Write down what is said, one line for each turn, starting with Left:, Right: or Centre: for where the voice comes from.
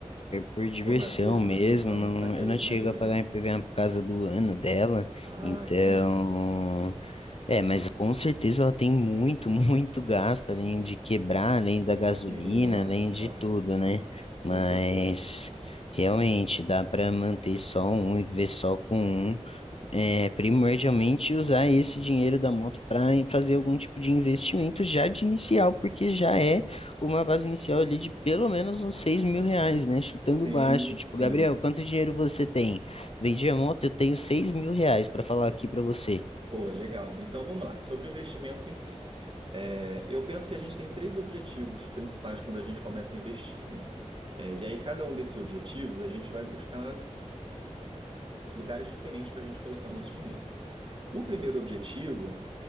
Left: por diversão
Right: Por lazer,
Left: mesmo.
Right: por diversão,
Left: Não,
Right: saquei,
Left: eu não
Right: imaginei.
Left: chego a pagar IPVA por causa do ano dela.
Right: Ah,
Left: Então,
Right: entendi.
Left: é, mas com certeza ela tem muito, <laughs> muito gasto, além de quebrar, além da gasolina,
Right: Sim, da manutenção.
Left: além de tudo, né?
Right: Com
Left: Mas
Right: certeza.
Left: realmente dá para manter só um e viver só com um é, primordialmente usar esse dinheiro da moto para fazer algum tipo de investimento já de inicial, porque já é uma base inicial ali de pelo menos uns 6 mil reais, né? Chutando
Right: Sim,
Left: baixo. Tipo,
Right: sim.
Left: Gabriel, quanto dinheiro você tem? Vendi a moto, eu tenho seis mil reais para falar aqui para você.
Right: Pô, legal. Então vamos lá, sobre o investimento em si. É, eu penso que a gente tem três objetivos principais quando a gente começa a investir, né? É, e aí, cada um desses objetivos, a gente vai buscar lugares diferentes para a gente colocar o nosso dinheiro. O primeiro objetivo,